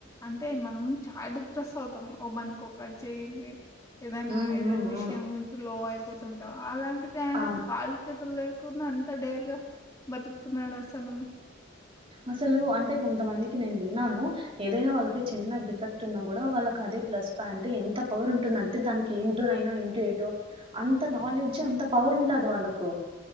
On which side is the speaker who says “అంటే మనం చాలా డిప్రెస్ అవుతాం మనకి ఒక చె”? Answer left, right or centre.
Left